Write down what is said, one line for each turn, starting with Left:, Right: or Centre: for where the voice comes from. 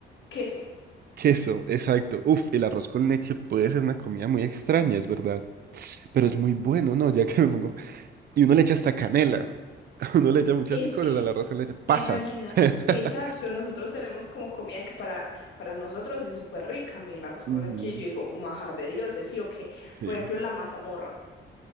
Left: queso.
Right: Queso, exacto. Uf, el arroz con leche puede ser una comida muy extraña, es verdad. Pero es muy bueno, ¿no? Ya que me pongo... Y uno le echa hasta canela. <laughs> Uno le echa muchas
Left: Es
Right: cosas
Left: que,
Right: al arroz con leche. Pasas.
Left: en realidad,
Right: <laughs>
Left: exacto, nosotros tenemos como comida que para, para nosotros es súper rica. A mí el arroz con
Right: Ujú.
Left: leche, yo digo, un manjar de dioses, ¿sí o qué?
Right: Sí.
Left: Por ejemplo, la mazamorra.